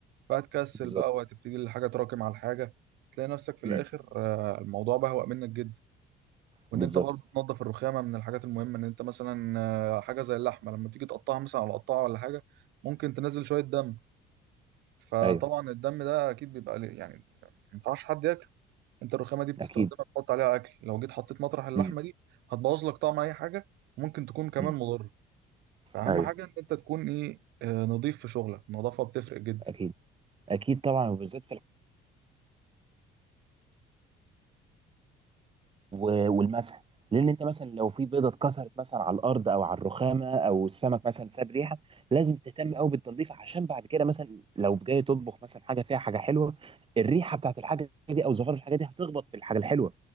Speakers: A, on the right; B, on the right.
A: فهتكسل
B: بالظبط
A: بقى وهتبتدي الحاجة تراكم على الحاجة تلاقي نفسك في
B: امم
A: الآخر آه، الموضوع بهوأ منك جدا وإن
B: بالظبط
A: أنت برضه تنظف الرخامة من الحاجات المهمة إن أنت مثلا آه، حاجة زي اللحمة لما تيجي تقطعها مثلا على قطاعة ولا حاجة ممكن تنزل شوية دم فطبعا
B: ايوه
A: الدم ده أكيد بيبقى ليه- يعني ما ينفعش حد ياكله أنت الرخامة دي بتستخدمها
B: اكيد
A: تحط عليها أكل لو جيت حطيت مطرح اللحمة
B: امم
A: دي هتبوظ لك طعم أي حاجة وممكن تكون كمان
B: امم
A: مضرة فأهم
B: ايوه
A: حاجة إن أنت تكون إيه آه، نظيف في شغلك النظافة بتفرق جدا
B: اكيد اكيد طبعا وبالذات في و- والمسح لان انت مثلا لو في بيضه اتكسرت مثلا على الارض او على الرخامه او السمك مثلا ساب ريحه لازم تهتم قوي بالتنظيف عشان بعد كده مثلا لو جاي تطبخ مثلا حاجه فيها حاجه حلوه الريحه بتاعت الحاجه دي او زفار الحاجه دي هتخبط في الحاجه الحلوه